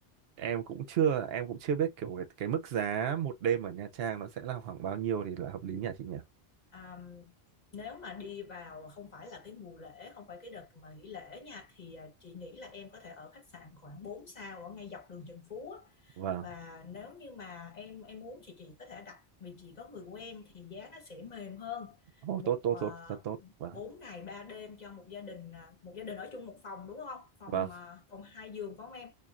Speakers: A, on the right; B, on the left.
A: em cũng chưa em cũng chưa biết kiểu cái, cái mức giá một đêm ở Nha Trang nó sẽ là khoảng bao nhiêu thì là hợp lý nhỉ chị nhỉ
B: À, nếu mà đi vào không phải là cái mùa lễ, không phải cái đợt mà nghỉ lễ nha thì à, chị nghĩ là em có thể ở khách sạn khoảng 4 sao ở ngay dọc đường Trần Phú á.
A: vâng
B: Và nếu như mà em em muốn thì chị có thể đặt vì chị có người quen thì giá nó sẽ mềm hơn.
A: oh,
B: Một
A: tốt tốt
B: à,
A: tốt rất tốt vâng
B: 4 ngày 3 đêm cho một gia đình à, một gia đình ở chung một phòng đúng không? Phòng
A: vâng
B: à, phòng hai giường phải không em?